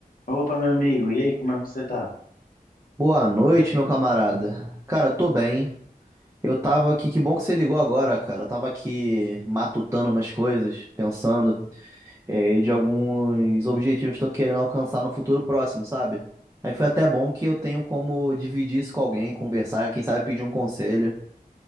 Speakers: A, on the left; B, on the right.
A: Opa, meu amigo, e aí, como é que você tá?
B: Boa noite, meu camarada. Cara, tô bem. Eu tava aqui, que bom que você ligou agora, cara. Eu tava aqui matutando umas coisas, pensando, eh, de alguns objetivos que eu tô querendo alcançar no futuro próximo, sabe? Aí foi até bom que eu tenho como dividir isso com alguém, conversar, quem sabe pedir um conselho.